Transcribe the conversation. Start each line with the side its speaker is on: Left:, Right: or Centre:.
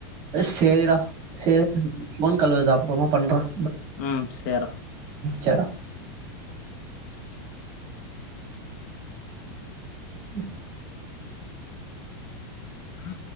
Right: சேரிடா சேரி போன்கால்வருதா அப்பமா பண்றோம்
Left: உம் சேர்ரா
Right: சேர்டா உம்
Left: கும்